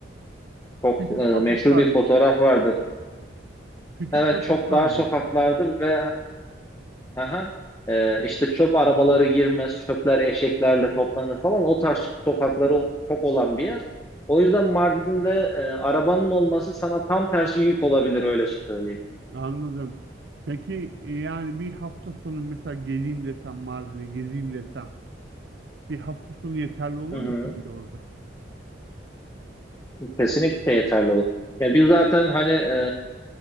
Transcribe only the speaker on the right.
Küçük
sokaklar
diyor.
Küçük
sokaklar
diyor.
Anladım. Peki e, yani bir hafta sonu mesela geleyim desem Mardin'e gezeyim desem bir hafta sonu yeterli olur
mu
sence orada?